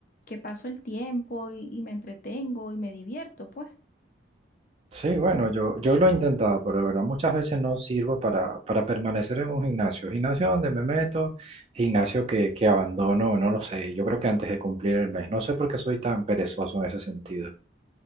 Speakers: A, on the left (about 45°); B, on the right (about 30°).
A: que paso el tiempo y, y me entretengo y me divierto, pues.
B: Sí, bueno, yo, yo lo he intentado, pero de verdad muchas veces no sirvo para, para permanecer en un gimnasio. Gimnasio donde me meto, gimnasio que, que abandono, no lo sé. Yo creo que antes de cumplir el mes. No sé por qué soy tan perezoso en ese sentido.